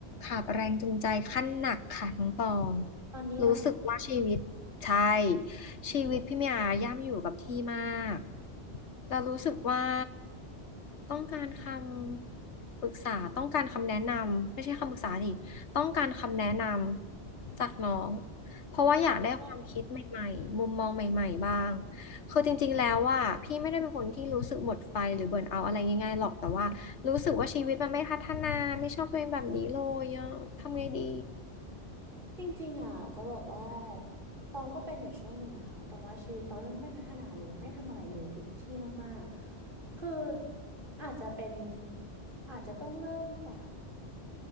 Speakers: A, on the left (about 85°); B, on the right (about 50°).
A: ขาดแรงจูงใจขั้นหนักค่ะน้องตอง
B: ตอนนี้เหรอคะ
A: รู้สึกว่าชีวิตใช่
B: อืม
A: ชีวิตพี่เมียย่ำอยู่กับที่มากแต่รู้สึกว่าต้องการคำปรึกษาต้องการคำแนะนำไม่ใช่คำปรึกษาดิต้องการคำแนะนำจากน้องเพราะว่าอยากได้ความคิดใหม่ๆมุมมองใหม่ๆบ้าง
B: อ
A: คือจริงๆแล้วว่าพี่ไม่ได้เป็นคนที่รู้สึกหมดไฟหรือเบิร์นเอาท์อะไรง่ายๆหรอกแต่ว่า รู้สึกว่าชีวิตมันไม่พัฒนาไม่ชอบตัวเองแบบนี้เลยอะทำไงดี
B: จริงๆอ่ะจะบอกว่าตองก็เป็นอยู่ช่วงหนึ่งนะคะตองว่าชีวิตตองไม่ไม่พัฒนาเลยไม่ทำอะไรเลยอยู่กับที่มากๆ คืออาจจะเป็นอาจจะต้องเริ่มจาก